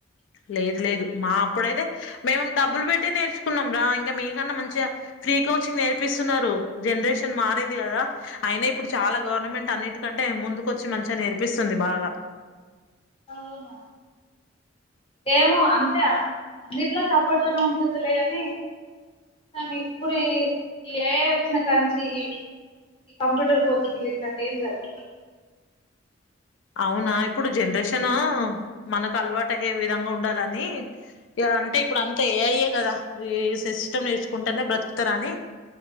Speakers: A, on the left; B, on the left.
A: లేదు లేదు మా అప్పుడైతే మేము డబ్బులు పెట్టి నేర్చుకున్నాం రా ఇంకా మీకన్నా మంచిగా. ఫ్రీ కోచింగ్ నేర్పిస్తున్నారు జనరేషన్ మారింది కదా అయినా ఇప్పుడు చాలా గవర్నమెంట్ అన్నిటికన్ టే ముందుకొచ్చి మంచిగా నేర్పిస్తుంది బాగా
B: అవునా ఏమో అంతే అన్నిట్లో సపోర్ట్గానే ఉంటుంది లేగాని. కానీ ఇప్పుడు ఈ ఈ ఇ ఏఐ వచ్చినా కానుంచి ఈ ఈ కంప్యూటర్ కోచింగ్లు ఇట్లాటివి ఎమ్ జరుగుతలా.
A: అవునా ఇప్పుడు జనరేషనను మనకు అలవాటయ్యే విధంగా ఉండాలని ఇగ అంటే ఇప్పుడు అంత ఏఐ య్యే కదా ఈ సిస్టమ్ నేర్చుకుంటేనే బ్రతుకుతారని.